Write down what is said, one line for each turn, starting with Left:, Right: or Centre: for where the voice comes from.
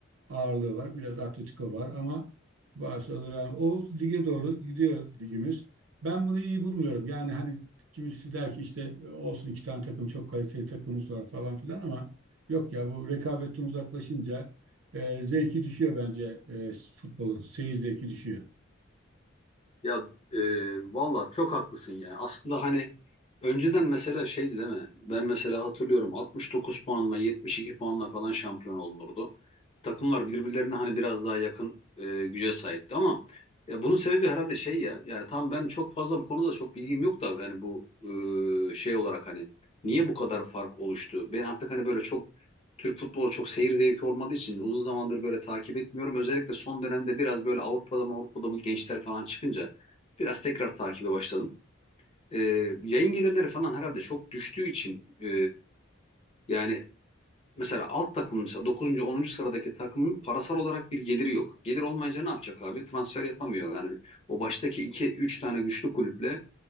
Right: ağırlığı var. Biraz Atletico var ama Barcelona Real o lige doğru gidiyor ligimiz. Ben bunu iyi bulmuyorum. Yani hani kimisi der ki işte olsun iki tane takım çok kaliteli takımımız var falan filan ama yok ya bu rekabetten uzaklaşınca e, zevki düşüyor bence e, futbolun. Seyir zevki düşüyor.
Left: Ya e, valla çok haklısın ya. Aslında hani önceden mesela şeydi değil mi? Ben mesela hatırlıyorum 69 puanla 72 puanla falan şampiyon olunurdu takımlar birbirlerine hani biraz daha yakın e, güce sahipti ama e, bunun sebebi herhalde şey ya yani tam ben çok fazla bu konuda çok bilgim yok da yani bu e, şey olarak hani niye bu kadar fark oluştu? Ben artık hani böyle çok Türk futbolu çok seyir zevki olmadığı için uzun zamandır böyle takip etmiyorum. Özellikle son dönemde biraz böyle Avrupa'da Avrupa'da bu gençler falan çıkınca biraz tekrar takibe başladım. E, yayın gelirleri falan herhalde çok düştüğü için e, yani Mesela alt takım mesela dokuzuncu onuncu sıradaki takımın parasal olarak bir geliri yok. Gelir olmayınca ne yapacak abi? Transfer yapamıyor. Yani o baştaki 2 3 tane güçlü kulüple